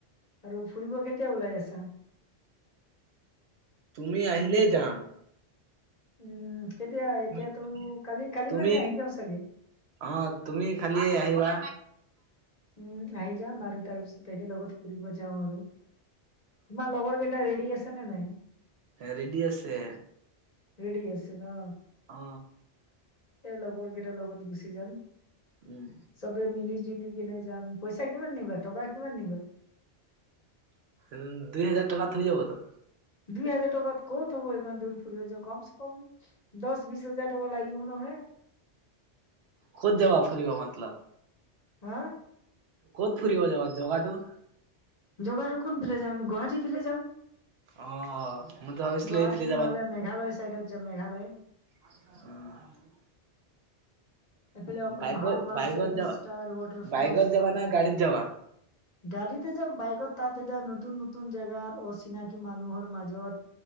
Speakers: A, on the left; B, on the right.
A: আৰু ফুৰিব কেতিয়া ওলাই আছা?
B: তুমি আহিলেই যাম।
A: উম, কেতিয়া, এতিয়াতো
B: তুমি
A: কালি-কালি
B: তুমি
A: মানে আহি যাওঁ চাগে!
B: অ', তুমি খালি আহিবা।
A: উম, আহি যাম, আৰু তাৰপিছত একেলগত ফুৰিব আৰু, তোমাৰ লগৰকেইটা ৰেডী আছে নে নাই?
B: ৰেডী আছে।
A: ৰেডী আছে ন!
B: অ।
A: এই লগৰ কেইটাৰ লগত গুচি যাম,
B: উম
A: চবে মিলি-জুলি কিনে যাম, পইচা কিমান নিবা, টকা কিমান নিবা?
B: উম, দুই হাজাৰ টকাত হৈ যাব তো।
A: দুই হাজাৰ টকাত ক'ত হ'ব, ইমান দূৰ ফুৰিব যোৱা, কমছে-কম দহ-বিশছ হাজাৰ টকা লাগিব নহয়। <inaudible>
B: ক'ত যাবা ফুৰিব মতলব?
A: হা?
B: ক'ত ফুৰিব যাবা, যগাটো?
A: জোগাটো কোনফালে যাম, গুৱাহাটী ফালে যাম।
B: অ মই তো ভাবিছিলো
A: গুৱাহাটী
B: এইফালে
A: নহ'লে, মেঘালয় চাইডত যাম, মেঘালয়।
B: উম <unintelligible>
A: এইফালে অকণ
B: বাইকত
A: ভাল ভাল
B: বাইকত
A: ছেভেন
B: যাবা
A: ষ্টাৰ ৱাটাৰ ফলচ
B: বাইকত যাবা
A: চাম।
B: না গাড়ীত যাব আ <unintelligible>
A: গাড়ীতে যাম বাইকত তাত এতিয়া নতুন নতুন জেগাত অচিনাকি মানুহৰ মাজে য'ত